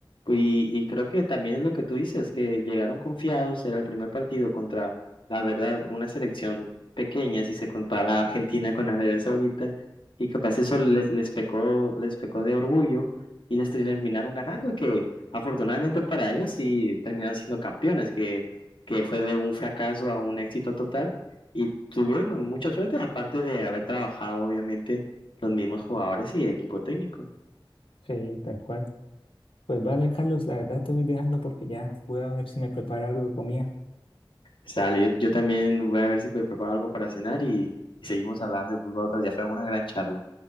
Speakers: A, on the left; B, on the left.
A: Y, y creo que también es lo que tú dices, que llegaron confiados, era el primer partido contra, la verdad, una selección pequeña si se compara a Argentina con Arabia Saudita, y capaz eso les, les pecó, les pecó de orgullo y les terminaron ganando, que afortunadamente para ellos sí terminaron siendo campeones, que, que fue de un fracaso a un éxito total, y tuvieron mucha suerte, aparte de haber trabajado, obviamente, los mismos jugadores y equipo técnico.
B: Sí, tal cual. Pues vale, Carlos, la verdad te voy dejando porque ya voy a ver si me preparo algo de comida.
A: Sale, yo, yo también voy a ver si me preparo algo para cenar y, y seguimos hablando de fútbol otro día. Fue una gran charla.